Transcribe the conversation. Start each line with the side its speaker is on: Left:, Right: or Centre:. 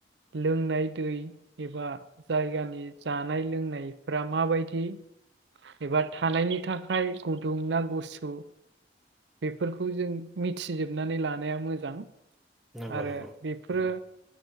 Right: लोंनाय दै एबा जायगानि जानाय लोंनायफ्रा माबायदि एबा थानायनि थाखाय गुदुं ना गुसु बेफोरखौ जों मिथ थि जोबनानै लानाया मोजां।
Centre: नंगौ
Right: आरो
Centre: नोंथां
Right: बेफोरो
Centre: नंगौ